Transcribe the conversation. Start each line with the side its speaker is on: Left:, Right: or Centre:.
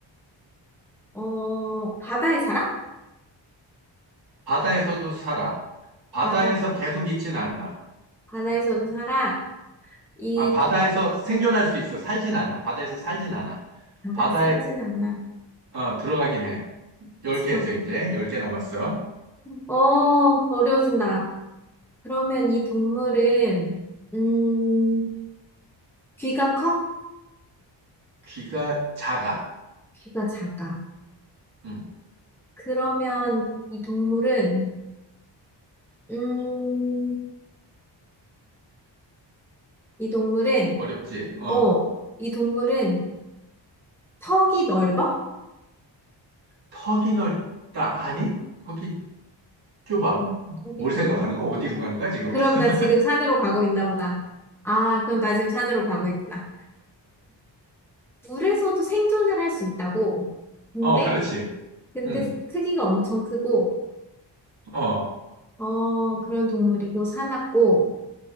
Centre: 어, 바다에 살아?
Right: 바다에서도 살아. 바다에서
Centre: 바다,
Right: 계속 있진 않아.
Centre: 바다에서도 살아? 이,
Right: 아, 바다에서
Centre: 도,
Right: 생존할 수 있어. 살진 않아. 바다에서 살진 않아.
Centre: 바다에
Right: 바다에
Centre: 살진 않아.
Right: 어, 들어가긴 해. 열 개
Centre: 들어.
Right: 했어, 이제. 열 개 남았어.
Centre: 어, 어려워진다. 그러면 이 동물은, 음, 귀가 커?
Right: 귀가 작아.
Centre: 귀가 작아.
Right: 음,
Centre: 그러면 이 동물은, 음, 이 동물은,
Right: 어렵지. 어.
Centre: 어, 이 동물은 턱이 넓어?
Right: 턱이 넓다. 아니? 턱이 좁아.
Centre: 이 동- 턱이
Right: 뭘
Centre: 좁아.
Right: 생각하는 거야? 어디로 가는 거야, 지금?
Centre: 그럼
Right: <laughs>
Centre: 나 지금 산으로 가고 있나 보다. 아, 그럼 나 지금 산으로 가고 있구나. 물에서도 생존을 할 수 있다고. 근데,
Right: 어, 그렇지.
Centre: 근데
Right: 음,
Centre: 크기가 엄청 크고,
Right: 어,
Centre: 어, 그런 동물이고, 사납고,